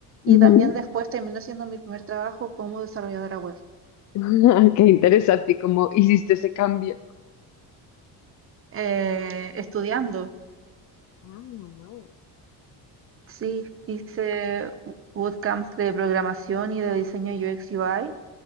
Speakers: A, on the left; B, on the right.
A: Ujú.
B: y también después terminó siendo mi primer trabajo como desarrolladora web.
A: <laughs> Qué interesante y cómo hiciste ese cambio.
B: Eh, estudiando,
A: Ah, wow.
B: sí, hice wo- bootcamps de programación y de diseño UX UI